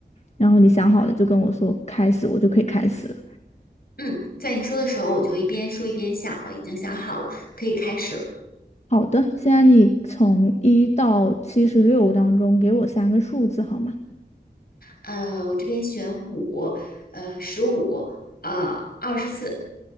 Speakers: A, on the left; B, on the left.
A: 然后你想好了就跟我说开始，我就可以开始了。
B: 嗯，在你说的时候，我就一边说一边想了，已经想好了，可以开始了。
A: 好的，现在你从一到七十六当中给我三个数字好吗
B: 呃，我这边选五，呃，十五，呃，二十四。